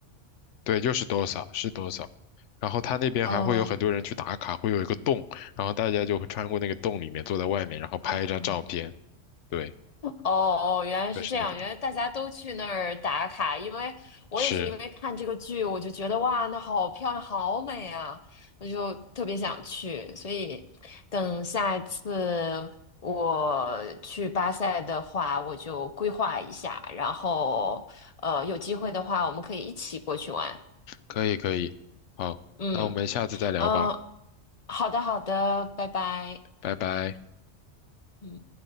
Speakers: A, on the left (about 75°); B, on the left (about 45°).
A: 对，就是多少是多少，然后他那边还会有很多人去打卡，
B: 哦，
A: 会有一个洞，然后大家就会穿过那个洞里面，坐在外面，然后拍一张照片。
B: 哦
A: 对，
B: 哦，原来是这样，
A: 就是那个地方。
B: 原来大家都去那儿打卡，因为我也是因为看这个剧，
A: 是，
B: 我就觉得哇，那好漂亮，好美啊，我就特别想去，所以等下一次我去巴塞的话，我就规划一下，然后呃，有机会的话，我们可以一起过去玩，
A: 可以，可以。好，
B: 嗯。
A: 那我们下次再聊吧，
B: 嗯，好的，好的，拜拜。
A: 拜拜。
B: 嗯。